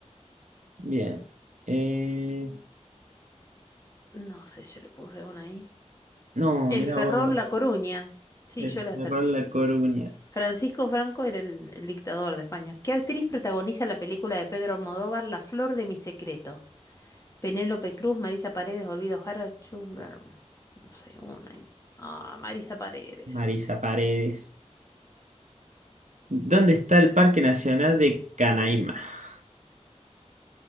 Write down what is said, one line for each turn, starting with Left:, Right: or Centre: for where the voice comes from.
Right: Bien. Eh,
Left: No sé, yo le puse una ahí.
Right: no,
Left: El
Right: mirá
Left: Ferrol
Right: vos.
Left: La Coruña. Sí,
Right: El
Left: yo le acerté.
Right: Cerrón La Coruña.
Left: Francisco Franco era el, el dictador de España. ¿Qué actriz protagoniza la película de Pedro Almodóvar, La flor de mi secreto? Penélope Cruz, Marisa Paredes, Olvido Jara, Churrar. No sé, una ahí. Ah, Marisa Paredes
Right: Marisa
Left: era.
Right: Paredes. ¿Dónde está el Parque Nacional de Canaima? <laughs>